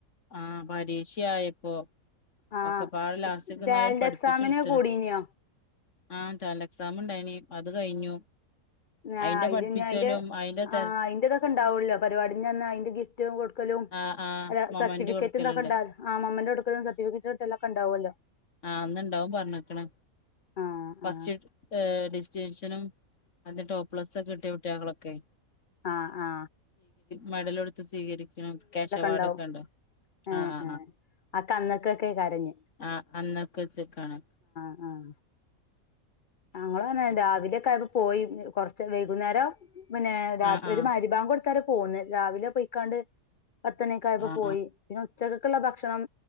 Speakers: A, on the left; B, on the left.
A: ആ പരീക്ഷ ആയപ്പോ
B: ആഹ്
A: ഒക്കെ പാട ലാസ്റ്റ്ക്
B: ടാലന്റ്
A: ന്നാൽ പഠിപ്പിച്ചടുത്ണ്
B: എക്സാമിന് കൂടീനിയോ
A: ആ ട്ടാൽന്റ് എക്സാാം ണ്ടായിഞ്ഞി ത് കഴിഞ്ഞു
B: ആ
A: അയിന്റെ
B: അയില്
A: പഠിപ്പിച്ചലും
B: ഞ് അയിന്റെ
A: അയിന്റെ തെ
B: ആ ഐന്റെതൊക്കെ ണ്ടാവൊല്ലോ പരിപാടിന്റെന്ന് അയിന്റെ ഗിഫ്റ്റും കൊടു ക്കലും
A: ആഹ് ആഹ് മൊമന്റ്
B: സർട്ടിഫിക്കറ്റും
A: കൊടുക്കലുണ്ട്
B: തൊക്കെ ഉണ്ടാ മോമെന്റാടുക്കലും സർട്ടിഫിക്കറ്റ്ടുക്കല ക്ക ണ്ടാവുമല്ലോ
A: ആന്ന് ണ്ടാവും പറഞ്ക്ണ്
B: ആഹ്
A: ഫസ്റ്റ്
B: ആഹ്
A: ഡിസ്റ്റിൻഷനും അതി ടോപ്പ് പ്ലസ്ക്കെ കിട്ടിയ കുട്ട്യേളൊക്കെ
B: ആ ആ
A: മഡലൊടുത്ത് സ്വീകരിക്കണം കേശവാടൊക്കെണ്ടോ
B: ഇണ്ടാവും ഏഹ്
A: ആ ആ
B: ഏഹ് അതൊക്കെ അന്നക്കൊക്കെ കരഞ്ഞ്
A: ആ അ അന്നേക്കെച്ക്കാണോ
B: ആ <unintelligible> രാവിലക്കെ അ പോയി കൊറച്ച് വൈകുന്നേരം പിന്നെ രാത്രി
A: ആഹ് ആഹ്
B: ഒരു മരിബാ കൊടു <unintelligible> പോന്ന് രാവിലെ പോയിക്കാണ്ട് പത്ത് മണിക്കായ്പ്പ
A: ആഹ്
B: പോയി പിന്ന ഉച്ചതക്കുള്ള ഭക്ഷണം